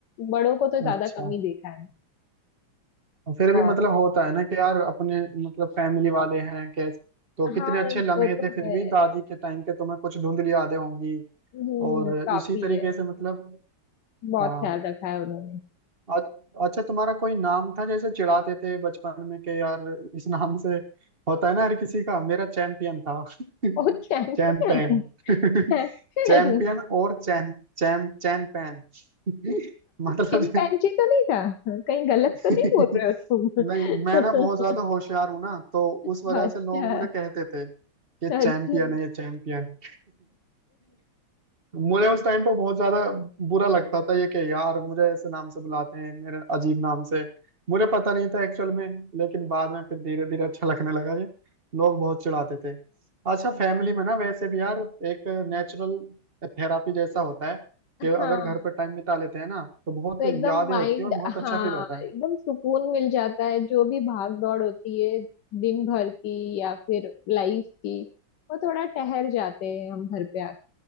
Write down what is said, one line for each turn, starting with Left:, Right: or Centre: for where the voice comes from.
Left: बड़ों को तो ज्यादा
Right: अच्छा
Left: कम ही देखा है मैंने
Right: और फिर
Left: और
Right: भी मतलब होता है ना कि यार अपने मतलब फैमिली वाले हैं कैसे तो कितने
Left: हाँ
Right: अच्छे लम्हे
Left: वो तो
Right: थे फिर
Left: है
Right: भी दादी के टाइम के तुम्हें कुछ धुंधली यादें होंगी
Left: हम्म
Right: और
Left: काफी
Right: इसी तरीके
Left: है
Right: से मतलब
Left: बहुत
Right: हाँ
Left: ख्याल रखा है उन्होंने
Right: आ- अच्छा तुम्हारा कोई नाम था जैसे चिढ़ाते थे बचपन में कि यार इस नाम से होता है ना हर किसी का मेरा चैंपियन था <laughs>
Left: बहुत चैन
Right: चैंपियन <laughs>
Left: <laughs>
Right: चैंपियन और चैन चैम चैन पैन <laughs> मतलब
Left: चिंपैंजी तो नहीं था कहीं गलत
Right: <laughs> नहीं
Left: तो नहीं बोल रहे हो तुम
Right: मैं ना बहुत ज्यादा होशियार हूं ना तो उस वजह
Left: <laughs> अच्छा
Right: से लोग मुझे कहते थे कि
Left: अच्छा
Right: चैंपियन है ये चैंपियन <laughs> मुझे उस टाइम पर बहुत ज्यादा बुरा लगता था ये कि यार मुझे ऐसे नाम से बुलाते हैं मेरे अजीब नाम से मुझे पता नहीं था एक्चुअल में लेकिन बाद में फिर धीरे धीरे अच्छा लगने लगा ये लोग बहुत चिढ़ाते थे अच्छा फैमिली में ना वैसे भी यार एक नेचुरल थेरापी जैसा होता है कि अगर
Left: हाँ
Right: घर पर टाइम बिता लेते हैं ना तो बहुत
Left: तो एकदम
Right: यादें
Left: माइंड
Right: होती है और बहुत अच्छा
Left: हाँ
Right: फील होता है
Left: एकदम सुकून मिल जाता है जो भी भाग दौड़ होती है दिन भर की या फिर लाइफ की वो थोड़ा ठहर जाते हैं हम घर पे आके